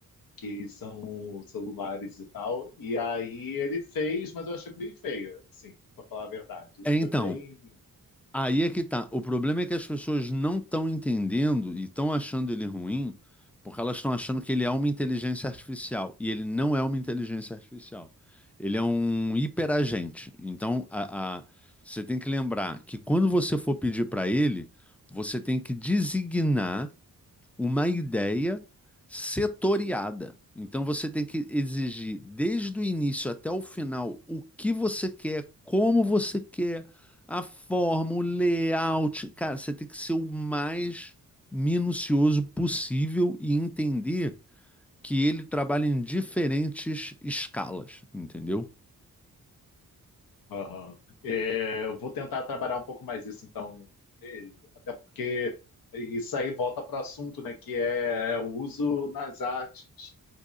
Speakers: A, on the left (about 75°); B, in the centre.
A: Que são celulares e tal. E aí ele fez, mas eu achei bem feio, assim, para falar a verdade.
B: É, Então,
A: Foi bem
B: Aí é que tá. O problema é que as pessoas não estão entendendo e estão achando ele ruim porque elas estão achando que ele é uma inteligência artificial. E ele não é uma inteligência artificial. Ele é um hiperagente. Então, a, a- você tem que lembrar que quando você for pedir para ele, você tem que designar uma ideia setoriada. Então você tem que exigir desde o início até o final o que você quer, como você quer, a forma, o layout. Cara, você tem que ser o mais minucioso possível e entender que ele trabalha em diferentes escalas, entendeu?
A: Aham. É, eu vou tentar trabalhar um pouco mais isso, então, É, até porque isso aí volta para o assunto, né, que é o uso nas artes.